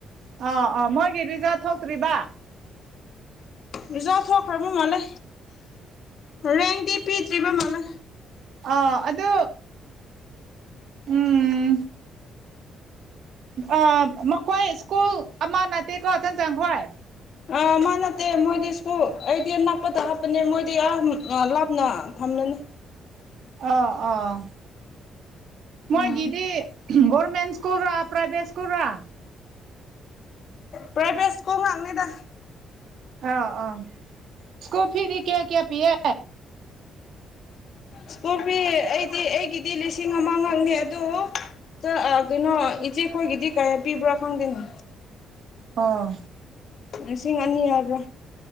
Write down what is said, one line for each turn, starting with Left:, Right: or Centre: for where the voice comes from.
Right: ꯑꯥ ꯑꯥ ꯃꯣꯏꯒꯤ ꯔꯤꯖꯜ ꯊꯣꯛꯇ꯭ꯔꯤꯕ
Left: ꯔꯤꯖꯜ ꯊꯣꯛꯈ꯭ꯔꯕ ꯃꯥꯜꯂꯦ ꯔꯦꯡꯇꯤ ꯄꯤꯗ꯭ꯔꯤꯕ ꯃꯥꯜꯂꯦ
Right: ꯑꯥ ꯑꯗꯨ ꯎꯝ ꯑꯥ ꯃꯈꯣꯏ ꯁ꯭ꯀꯨꯜ ꯑꯃꯥꯅꯗꯤꯀꯣ ꯆꯟꯆꯟ ꯈꯣꯏ
Left: ꯑꯥ ꯃꯥ ꯅꯠꯇꯦ ꯃꯣꯏꯗꯤ ꯁ꯭ꯀꯨꯜ ꯑꯩꯗꯤ ꯅꯛꯄꯗ ꯍꯥꯞꯄꯅꯦ ꯃꯣꯏꯗꯤ ꯑꯥ ꯎꯝ ꯑꯥ ꯂꯥꯞꯅ ꯊꯝꯂꯅꯤ
Right: ꯑꯥ ꯑꯥ ꯃꯣꯏꯒꯤꯗꯤ
Left: ꯎꯝ
Right: ꯒꯣꯔꯃꯦꯟ ꯁ꯭ꯀꯨꯜꯔ ꯄ꯭ꯔꯥꯏꯚꯦꯠ ꯁꯀꯨꯜꯔꯥ
Left: ꯄ꯭ꯔꯥꯏꯕꯦꯠ ꯁ꯭ꯀꯨꯜ ꯉꯥꯡꯅꯦꯗ
Right: ꯑꯥ ꯑꯥꯎ ꯁ꯭ꯀꯨꯜ ꯐꯤꯗꯤ ꯀꯌꯥ ꯀꯌꯥ ꯄꯤꯌꯦ
Left: ꯁ꯭ꯀꯨꯜ ꯐꯤ ꯑꯩꯗꯤ ꯑꯩꯒꯤꯗꯤ ꯂꯤꯁꯤꯡ ꯑꯃꯥ ꯉꯥꯛꯅꯦ ꯑꯗꯨ ꯇꯥ ꯑꯥ ꯀꯩꯅꯣ ꯏꯆꯦꯈꯣꯏꯒꯤꯗꯤ ꯀꯌꯥ ꯄꯤꯕ꯭ꯔꯥ ꯈꯪꯗꯦꯅꯦ
Right: ꯑꯣ
Left: ꯂꯤꯁꯤꯡ ꯑꯅꯤ ꯍꯥꯏꯕ꯭ꯔꯥ